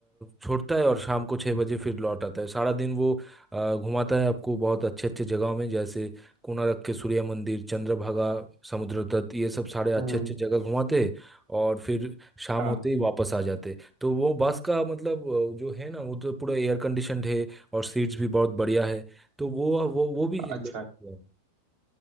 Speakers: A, in the centre; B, on the right (about 40°).
A: छोड़ता है और शाम को छः बजे फिर लौट आता है सारा दिन वो अ, घुमाता है आपको बहुत अच्छे अच्छे जगहों में जैसे कोणार्क के सूर्य मंदिर चंद्रभागा समुद्र तट ये सब सारे अच्छे
B: हम्म
A: अच्छे जगह घुमाते हैं और फिर शाम
B: हाँ
A: होते ही वापस आ जाते हैं। तो वो बस का मतलब अ, जो है ना वो तो पूरा एयर कंडीशनड है और सीट्स भी बहुत बढ़िया है तो वो वो वो भी
B: अच्छा
A: ले सकते हैं हम।